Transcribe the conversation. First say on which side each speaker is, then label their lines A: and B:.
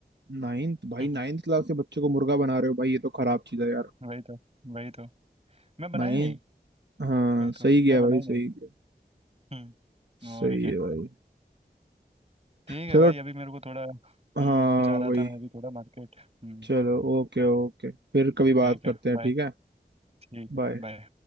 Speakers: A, on the right (about 80°); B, on the right (about 35°).
A: नाइन्थ
B: <laughs>
A: भाई नाइन्थ क्लास के बच्चे को मुर्गा बना रहे हो भाई ये तो खराब चीज है यार
B: वही तो वही तो मैं बना
A: नाइन्थ
B: ही नहीं
A: हाँ
B: वही
A: सही
B: तो
A: गया
B: मैं बना
A: भाई
B: ही
A: सही
B: नहीं
A: गया
B: हम्म
A: सही
B: और क्या
A: है भाई
B: ठीक
A: चलो
B: है भाई अभी मेरे को थोड़ा हम्म
A: हाँ
B: जा रहा
A: भाई
B: था मैं अभी थोड़ा मार्केट हम्म
A: चलो ओके ओके फिर कभी बात
B: ठीक
A: करते
B: है
A: हैं
B: बाय
A: ठीक है
B: ठीक है
A: बाय
B: बाय